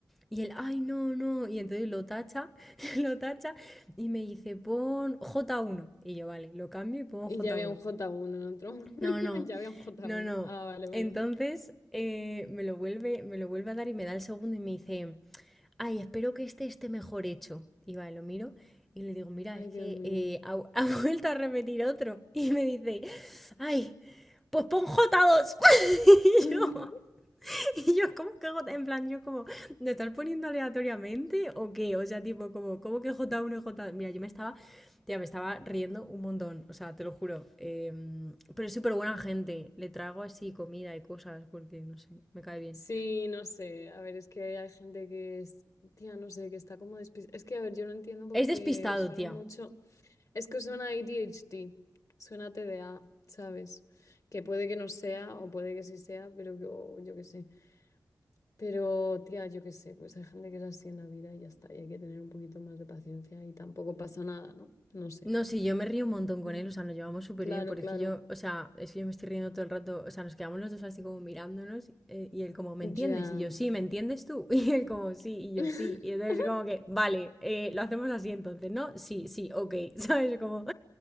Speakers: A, in the centre; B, on the left (about 50°).
A: Y él, ay, no, no. Y entonces lo tacha, <laughs> lo tacha y me dice, pon j uno Y yo, vale, lo cambio y pongo
B: Y
A: j
B: ya había
A: uno
B: un j uno en otro. <laughs>
A: No, no,
B: Ya había un j
A: no,
B: uno
A: no.
B: Ah, vale, vale.
A: Entonces eh, me lo vuelve, me lo vuelve a dar y me da el segundo y me dice, Ay, espero que este esté mejor hecho. Y vale, lo miro y le digo, mira,
B: Ay,
A: es que
B: Dios mío.
A: eh, ha, <laughs> ha vuelto a repetir otro. Y me dice, ay, pues pon j dos. <laughs> Y
B: <laughs>
A: yo, y yo, ¿cómo que J? En plan, yo como, ¿me estás poniendo aleatoriamente o qué? O sea, tipo, como, ¿cómo que j uno, y J2? Mira, yo me estaba, tía, me estaba riendo un montón. O sea, te lo juro. em, pero es súper buena gente. Le traigo así comida y cosas porque, no sé, me cae bien.
B: Sí, no sé. A ver, es que hay gente que es, tía, no sé, que está como despistada. Es que, a ver, yo no entiendo por
A: Es despistado,
B: qué suena
A: tía.
B: mucho. Es que suena A D H ADHD, suena T D A. ¿sabes? Que puede que no sea, o puede que sí sea, pero que- o yo qué sé. Pero, tía, yo qué sé, pues hay gente que es así en la vida y ya está. Y hay que tener un poquito más de paciencia y tampoco pasa nada, ¿no? No sé.
A: No, sí, yo me río un montón con
B: Mm,
A: él, o sea, nos llevamos súper
B: Claro,
A: bien, porque
B: claro.
A: es que yo, o sea, es que yo me estoy riendo todo el rato, o sea, nos quedamos los dos así como mirándonos eh, y él como, ¿me
B: Ya.
A: entiendes? Y yo, sí, ¿me entiendes tú? <laughs> Y él como, sí, y yo,
B: <laughs>
A: sí. Y entonces como que, vale, eh, lo hacemos así entonces, ¿no? Sí, sí, ok, <laughs> ¿sabes? Como,